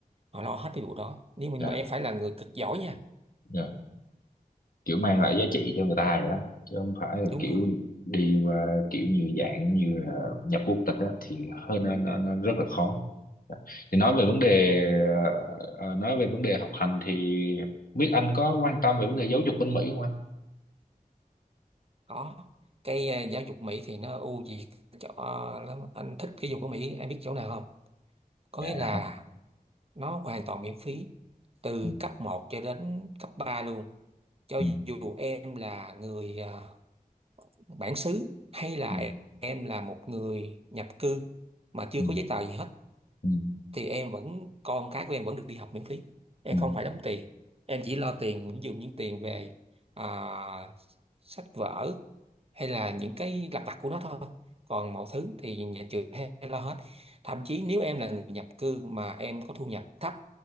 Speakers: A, on the right (about 40°); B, on the left (about 70°).
A: họ lo hết cái vụ đó nếu mà
B: dạ
A: nhưng mà em phải là người cực giỏi nha
B: dạ kiểu mang lại giá trị cho người ta rồi đó chứ không phải là
A: đúng
B: kiểu
A: rồi
B: đi qua kiểu như dạng như là nhập quốc tịch á thì hơi nó, nó, nó rất là khó thì nói
A: đúng
B: về
A: rồi.
B: vấn đề ờ, ờ, nói về vấn đề học hành thì biết anh có quan tâm về vấn đề giáo dục bên Mỹ không anh
A: có cái ờ, giáo dục Mỹ thì nó ưu việt chỗ ờ, lắm anh thích cái giáo dục của Mỹ em biết chỗ nào không có
B: dạ
A: nghĩa là nó hoàn toàn miễn phí từ
B: không
A: cấp một cho đến cấp 3 luôn cho
B: ừ,
A: dù em là người à, bản xứ hay là
B: ừ,
A: em là một người nhập cư mà chưa
B: ừ,
A: có giấy tờ gì hết
B: ừ,
A: thì em vẫn con cái của em vẫn được đi học miễn phí em
B: ừ.
A: không phải đóng tiền em chỉ lo tiền ví dụ những tiền về à, sách vở hay là những cái lặt vặt của nó thôi còn mọi thứ thì nhà trường hay lo hết thậm chí nếu em là người nhập cư mà em có thu nhập thấp